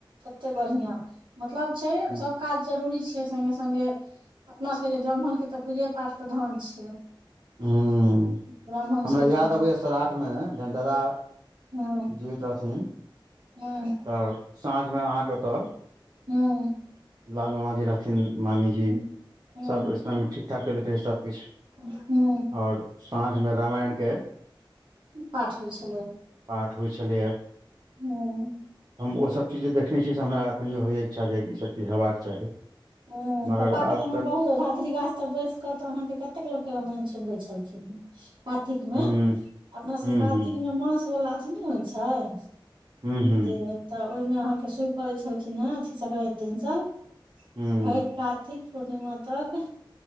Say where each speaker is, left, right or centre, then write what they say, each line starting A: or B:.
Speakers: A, on the right; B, on the right.
A: ते बढ़िया, मतलब छै
B: ह
A: सब काज जरूरी छै संगे संगे अपना सबके जे ब्राह्मण के तऽ पूजे पाठ प्रधान छै।
B: ह्म्म
A: ब्राह्मण
B: हमरा
A: सूतिमे
B: याद अबैया सराठमे जन दादा
A: हुं
B: जियैत रहथिन
A: हुं
B: तऽ साँझ मे अहाँके ओतऽ
A: हुम्म
B: लाल मामाजी रहथिन, मामीजी
A: हूँ हूँ
B: सभ इयमे ठीक ठाक चलैत रहै सभकिछु
A: ह्म्म
B: और साँझमे रामायणके
A: पठ होइ छले,
B: पाठ होइ छलैया
A: ह्म्म
B: हम ओसभ चीज जे देखने छीयै से हमरा एखनिओ होइए इच्छा जे कि ईसभ चीज हेबाक चाही।
A: हम्म
B: मगर
A: पप्पा के
B: आब
A: तऽ हम बहुत धथी गाछ तऽ बैस कतौहाँके कतेक लोक के रामायण सुनबे छलखिन। कार्तिक मे
B: ह
A: अपना सभके
B: ह ह
A: कातिकमे मासवला अथी नहि होइ छै?
B: ह ह
A: जे तऽ ओहिमे अहाँके शुरु करै छलखिन ह, अथी संक्रानंति दिन सब
B: हुं
A: तऽ भेल कारातिक पूर्णिमा तक